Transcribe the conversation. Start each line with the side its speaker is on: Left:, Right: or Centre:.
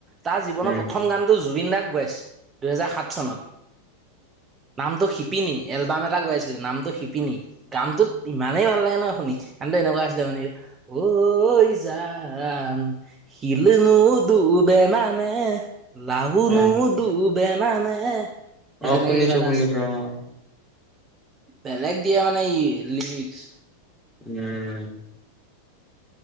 Right: তাৰ জীৱনৰ
Centre: উম
Right: প্ৰম গানটো জ গোবিন্দাক গাইছে দুহেজাৰ সাত চনত নামটো শিপিনী এলবাম এটা গাইছিলে নামটো শিপিনী গানটোত ইমানেই ভাল লাগে নহয় শুনি আন এনেকুৱা মানেক ঐ যান শিলনো দুবে মানে লাহুনো
Centre: অ
Right: দুব বে মানে সেই
Centre: অ',
Right: তেনেকে
Centre: শুনিছো
Right: কিবা এটা
Centre: শুনিছো
Right: আছিলে
Centre: অ'।
Right: বেলেগ দিয়া মানে ই লিৰিক্স।
Centre: উম।